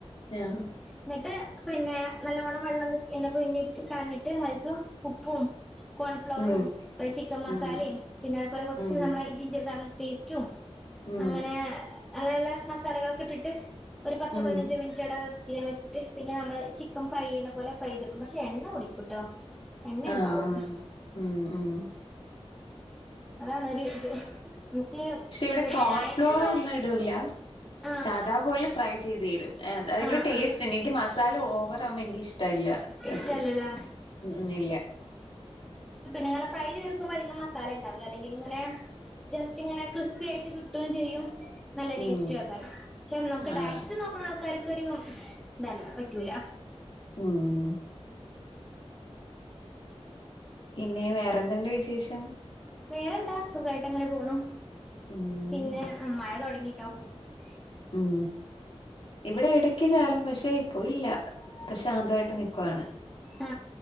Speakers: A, on the left; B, in the centre.
A: ആഹ്
B: ഇന്ന്ട്ട് പിന്നെ നല്ലോണം വെള്ളം നി എന്നെ പിഴിഞ്ഞിട്ത്ത് കളഞ്ഞിട്ട് അയ്ക്ക് ഉപ്പും കോൺഫ്ലോറും
A: ഉം
B: പ്പ ചിക്കൻ മസാലിം
A: ഉം
B: പിന്നെ അതുപോലെ കൊറച്ച്
A: ഉം
B: നമ്മള ജിഞ്ചർ ഗാർലിക് പേസ്റ്റും
A: ഉം
B: അങ്ങനെ അതെല്ലാ മസാലകളൊക്കെ ഇട്ടിട്ട് ഒരു പത്തോ
A: ഉം
B: പതിനഞ്ചോ മിനിറ്റടേസ് റ്റിയാൻ വെച്ചിട്ട് പിന്നെ നമ്മള് ചിക്കൻ ഫ്രൈ ചെയ്യ്ണ പോലെ ഫ്രൈത്ടുക്കും പക്ഷെ എണ്ണ കുടിക്കൂട്ടോ എണ്ണ
A: ആഹ്
B: ഇണ്ടാവും
A: ആഹ് ഉം ഉം
B: അതാണൊരു ഇത് നമുക്ക്
A: പക്ഷെ ഇവിടെ
B: പിന്നെ
A: കോൺഫ്ലോറ്
B: ഡയറ്റ് നോക്ക
A: ഒന്നും ഇടൂല
B: ആഹ്
A: സാദാ പോലെ ഫ്രൈ ചെയ്തേരും അതിനൊരു
B: ആഹ്
A: ടേസ്റ്റ്
B: ആഹ്
A: ഇണ്ട് എനിക്ക് മസാല ഓവറ ആവുമ്പോ എനിക്ക് ഇഷ്ടൊല്ല്യ
B: ഇഷ്ടല്ലല്ലേ
A: അത്രിം ഉം ഇല്ല്യ
B: നിങ്ങള് ഫ്രൈ ചെയ്ത്ട്ക്കുമ്പോ അധികം മസാല ഉണ്ടാവൂല അല്ലെങ്കി ഇങ്ങനെ ജസ്റ്റ് ഇങ്ങനെ ക്രിസ്പി ആയിട്ട് കിട്ടും ചെയ്യും നല്ല
A: ഉം
B: ടേസ് കാരം ക്ഷേ നമുക്ക്
A: ആണ്
B: ഡയറ്റ് നോക്കണ ആൾക്കാര് കൊരു ഇതല്ല പറ്റൂല
A: ഉം പിന്നെ വേറെന്തണ്ട് വിശേഷം
B: വേറെന്താ സുഖായിട്ട് അങ്ങനെ പോണു
A: ഉം
B: പിന്നെ ആ മഴ തൊടങ്ങി <unintelligible>
A: ഉം ഇവിടെ എടക്ക് ചാറും പക്ഷെ ഇപ്പൊ ഇല്ല ഇപ്പ ശാന്തവായിട്ട് നിക്കുവാണ്
B: ആ